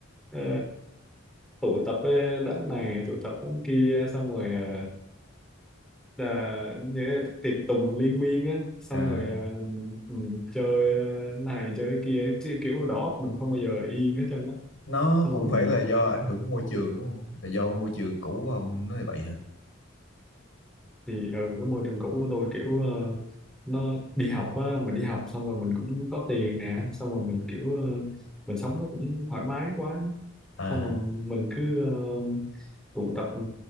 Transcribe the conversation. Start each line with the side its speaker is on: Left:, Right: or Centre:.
Centre: Ờ, tụ tập với đám này tụ tập đám kia xong rồi ờ, là như tiệc tùng liên miên á xong
Left: à,
Centre: rồi à, ừ, chơi à, này chơi kia chứ kiểu đầu óc mình không bao giờ yên hết trơn á
Left: nó
Centre: xong
Left: cũng
Centre: rồi mình
Left: phải là do ảnh hưởng của môi trường đúng không là do môi trường cũ của ông nó như vậy hả
Centre: thì ở cái môi trường cũ của tôi kiểu ờ, nó đi học á mình đi học xong rồi mình cũng có tiền nè xong rồi mình kiểu ờ, mình sống nó cũng thoải mái quá
Left: à
Centre: xong rồi mình cứ ờ, tụ tập ừ,